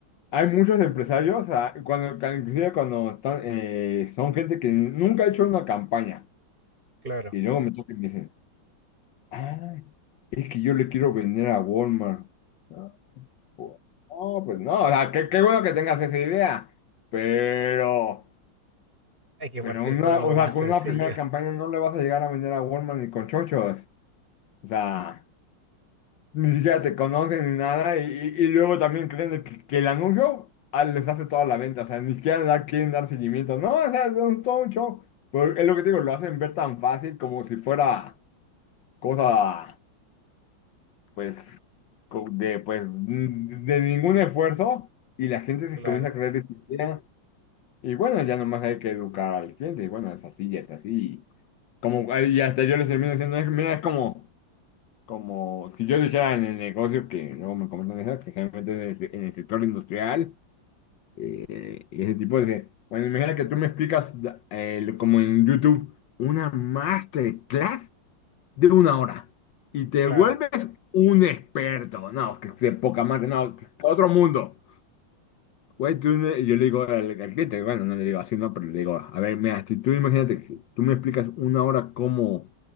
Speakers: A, on the left; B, on the right.
A: hay muchos empresarios, o sea, cuando, cuando- inclusive cuando están, eh, son gente que nunca ha hecho una campaña,
B: Claro,
A: y luego me toca y me dicen, "Ah, es que yo le quiero vender a Walmart. Ah, pues ah, pues no, o sea, qué, qué bueno que tengas esa idea, pero,
B: hay que partir
A: pero una,
B: por algo
A: o
B: más
A: sea,
B: sencillo,
A: con una primera campaña no le vas a llegar a vender a Walmart ni con chochos. O sea, ni siquiera te conocen ni nada, y, y- y luego también creen de que, que el anuncio ah, les hace toda la venta, o sea, ni siquiera dar- quieren dar seguimiento. No, o sea, es un- todo un show. Pero es lo que te digo, lo hacen ver tan fácil como si fuera cosa, pues. co- de, pues, mm, de ningún esfuerzo y la gente se
B: <laughs>
A: comienza a creer
B: claro,
A: esa idea. Y bueno, ya nomás hay que educar al cliente. Y bueno, es así, y es así. Y, como, y hasta yo les termino diciendo, "Es- mira, es como, como si yo dijera en el negocio que luego me comentan eso, que generalmente en el, en el sector industrial, eh, y ese tipo de... Bueno, imagina que tú me explicas eh, como en YouTube una masterclass de una hora y te
B: claro.
A: vuelves un experto. No, que de poca madre, no, otro mundo. Güey, tú me- yo le digo al, al cliente, bueno, no le digo así, no, pero le digo, a ver, mira, si tú imagínate, que tú me explicas una hora cómo,